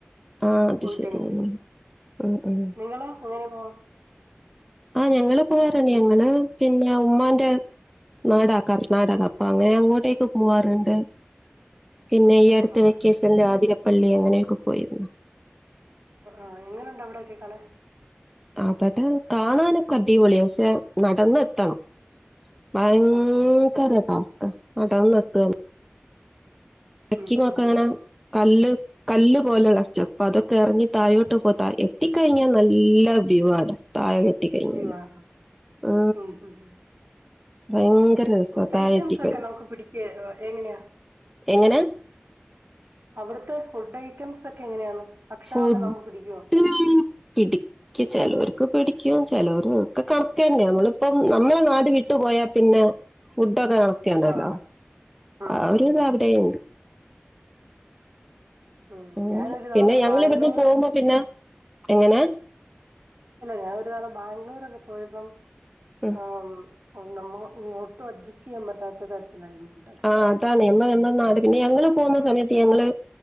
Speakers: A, in the centre; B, on the right.
A: ആഹ് അത്
B: പോയിട്ടങ്ങ
A: ശരി
B: വര
A: ഉം ഉം
B: നിങ്ങ എങ്ങനെ പോവാ
A: ആഹ് ഞങ്ങള് പോവാറണ്ട് ഞങ്ങള് പിന്നെ ഉമ്മാന്റെ ണാടക കർണാടക അപ്പൊ അങ്ങനെ അങ്ങോട്ടേക്കെ പോവാറുണ്ട് പിന്നെ
B: ഓക്കെ
A: ഈ അടുത്ത്
B: ആഹ്
A: വെക്കേഷന്റെ ആതിരപ്പള്ളി അങ്ങനെയൊക്കെ പോയിരുന്നു
B: ആഹ് എങ്ങനെുണ്ട അവിടെൊക്കെ കാണെ
A: അപ്പട്ട് കാണാനൊക്കെ അടിപൊളി പക്ഷെ നടന്നെത്തണം ഭയങ്കര
B: ഓഹ് ഓഹ്
A: താസ് അന്ന് എത്ത തക്കി
B: ഉം
A: നോക്കങ്ങനെ
B: ഉം ഉം
A: കല്ല് കല്ല് പോലെയുള്ളറ്റം അപ്പൊ അതൊക്കെ ഇറങ്ങി താഴോട്ട് പോ എത്തിക്കഴിഞ്ഞാൽ നല്ല വ്യൂ ആാണ് താഴെ കെത്തി കഴിഞ്ഞല്
B: ലീവാ
A: ഉ
B: ഉം ഉം ഉം
A: ഭയങ്കര രസാ
B: ഫുഡ്
A: താഴെത്തിക്കാൻ
B: ഐറ്റംസ് ഒക്കെ നമുക്ക് പിടിക്ക എങ്ങനെയാ
A: എങ്ങനെ
B: അവിടുത്തെ ഫുഡ് ഐറ്റംസ് ഒക്കെ എങ്ങനെയാണ് ഭക്ഷണൊക്കെ
A: ഫുഡ്
B: നമുക്ക് പിടിക്കുവോ
A: പിടിക്ക ചിലർക്ക് പിട ല ഒക്കെ കണക്ക തന്നെ നമ്മളിപ്പ നമ്മളെ നാട് വിട്ടു പോയാൽ പിന്നെ ഫ ൊക്കെ നടത്തിയണ്ടല്ലോ
B: ആഹ് ആഹ്
A: ആ ഒരുത്
B: ആഹ്
A: അവിടെ ഉണ്ട്
B: ഉം
A: അങ്ങനെ
B: ഞാനരു
A: പിന്നെ ഞങ്ങള്
B: ബാംഗ്ല്ല
A: ഇവിടുന്ന് പോകുമ്പോ പിന്നെ എങ്ങനെ
B: ഞ ബാ് പോയപ്പം
A: ഉം.
B: ആ നമ്മ ഇങ്ങോട്ടും അഡ്ജസ്റ്റ് ചെയ്യാൻ പറ്റാത്ത തരത്തിലായിരുന്നു ഫുഡൊക്കെ
A: ആ അതാണ് നമ്മ നമ്മടെ നാട് പിന്നെ ഞങ്ങള്ൾ പോകുന്ന സമയത്ത് ഞങ്ങള്